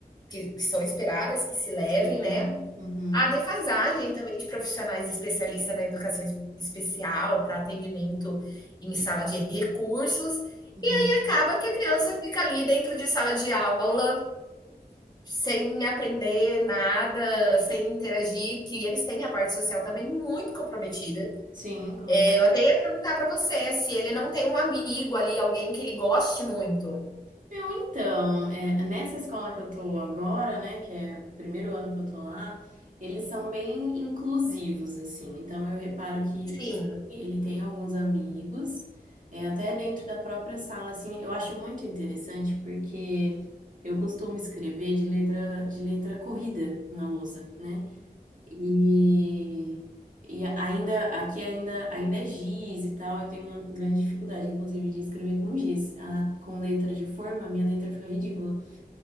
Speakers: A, on the left (about 25°); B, on the right (about 55°).
A: que, que são esperadas, que se levem,
B: Sim.
A: né?
B: Uhum.
A: A defasagem também de profissionais especialistas na educação especial para atendimento em sala de recursos,
B: Uhum.
A: e aí acaba que a criança fica ali dentro de sala de aula sem aprender nada, sem interagir, que eles têm a parte social também muito comprometida.
B: Sim, claro.
A: É, eu até ia perguntar para você se ele não tem um amigo ali, alguém que ele goste muito.
B: Meu, então, é, nessa escola que eu tô agora, né, que é o primeiro ano que eu tô lá, eles são bem inclusivos, assim. Então, eu reparo que,
A: Sim,
B: que sim, ele tem alguns amigos, é, até dentro da própria sala, assim. Eu acho muito interessante porque eu costumo escrever de letra, de letra corrida na lousa, né? E, e ainda aqui ainda ainda é giz e tal. Eu tenho uma grande dificuldade, inclusive, de escrever com giz, Ah, com letra de forma. Minha letra fica ridícula.